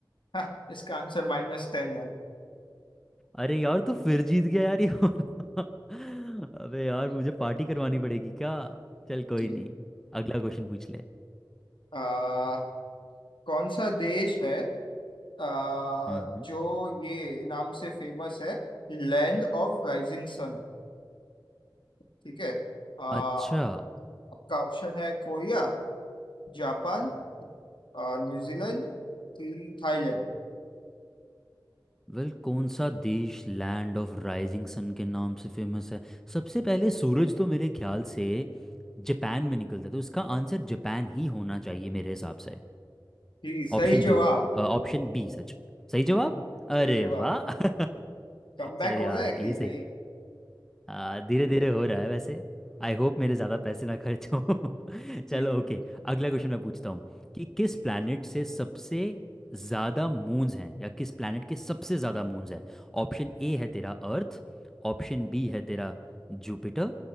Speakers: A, on the left; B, in the centre.
A: <laughs> इसका आंसर माइनस टेन है
B: अरे यार तू फिर जीत गया यार ये वाला। <laughs> अबे यार मुझे पार्टी करवानी पड़ेगी क्या चल कोई
A: जी
B: नहीं अगला क्वेश्चन पूछ ले
A: अह, कौन सा देश है आ,
B: हम्म
A: जो ये नाम से फेमस है लैंड ऑफ राइजिंग सन ठीक है आ, आपका
B: अच्छा
A: ऑप्शन है कोरिया जापान आ, न्यूजीलैंड कि थाईलैंड
B: वेल कौन सा देश लैंड ऑफ राइजिंग सन के नाम से फेमस है सबसे पहले सूरज तो मेरे ख्याल से जापान में निकलता है तो इसका आंसर जापान ही होना चाहिए मेरे हिसाब से
A: जी सही
B: Option
A: जवाब
B: D Option B सच सही जवाब
A: सही
B: अरे
A: जवाब
B: वाह <laughs>
A: कम बैक
B: चल
A: हो
B: यार
A: रहा है कि
B: ये सही
A: नहीं
B: है आ, धीरे धीरे हो रहा है वैसे आई होप मेरे ज़्यादा पैसे ना खर्च हो <laughs>
A: जी
B: चलो
A: बिल्कुल
B: ओके अगला क्वेश्चन मैं पूछता हूँ कि किस प्लैनेट से सबसे ज़्यादा मून्स हैं या किस प्लैनेट के सबसे ज़्यादा मून्स हैं ऑप्शन ए है तेरा अर्थ ऑप्शन बी है तेरा जुपिटर